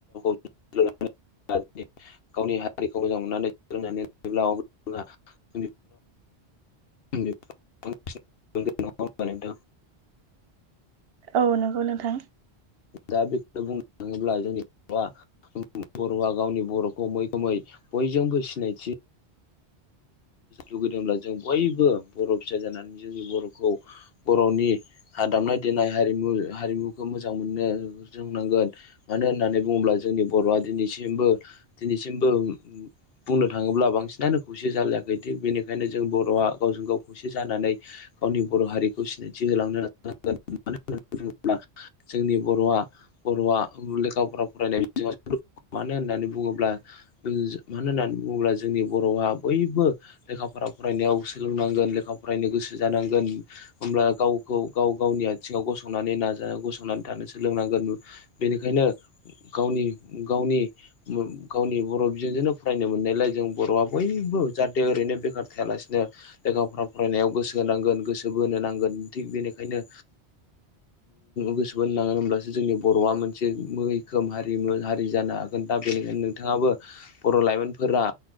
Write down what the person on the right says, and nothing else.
औ नंगौ नोंथां
<unintelligible>